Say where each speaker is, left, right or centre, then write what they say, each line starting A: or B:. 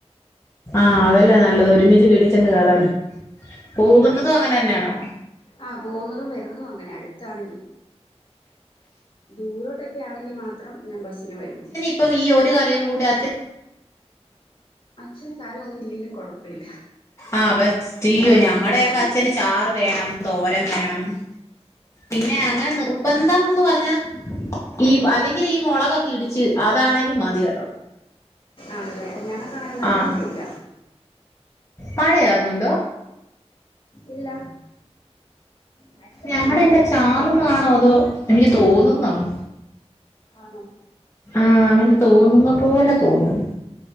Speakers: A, on the left (about 25°); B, on the left (about 50°).
A: ആഹ് അതല്ലേ നല്ലത് ഒരുമിച്ച് വീടിചേന്ന്
B: ആഹ്
A: കേയറാലോ പോകുന്നതും അങ്ങനെ തന്നെയാണോ
B: ആ പോവുന്നതും വരുന്നതും അങ്ങനെ തന്നെയാ അടുത്താണെങ്കിൽ ദൂരോട്ടൊക്കെ ആണെങ്കിൽ മാത്രം ഞാൻ ബസ്സിന് വൈകും
A: അപ്പം ഈ ഒരു കറിയൊക്ക കൂടി അച്ഛൻ
B: അച്ഛന് കറിയൊന്നും ഇല്ലേലും കുഴപ്പമില്ല
A: ആഹ് ബസ് റ്റ് യീ്യോ
B: മുളകാണേലും
A: ഞങ്ങളടെയൊക്കെ
B: മതി
A: അച്ഛന് ചാറ് വേണം തോരം വേണം പിന്നെ
B: ആഹാ
A: അങ്ങനെ നിർബന്ധംന്ന് പറഞ്ഞാ ഈ അല്ലെങ്കിൽ ഈ മുളകൊ ഇടിച്ച് അതാണേലും മതി കേട്ടോ
B: ആണല്ലേ ഞങ്ങൾക്ക് അങ്ങനെ നിർബന്ധം
A: ആഹ
B: ഇല്ല
A: മഴയാറുന്നുണ്ടോ
B: ഇല്ല ഭയങ്കര
A: ഞങ്ങടെ
B: വെയില്
A: എന്റെ
B: ചൂട്
A: ചാറന്നാണോ
B: ആവി
A: അതോ എനിക്ക് തോന്നുന്നതാണോ
B: ആണോ
A: ആഹ അങ്ങനെ തോന്നുന്ന പോലെ തോന്നുന്നു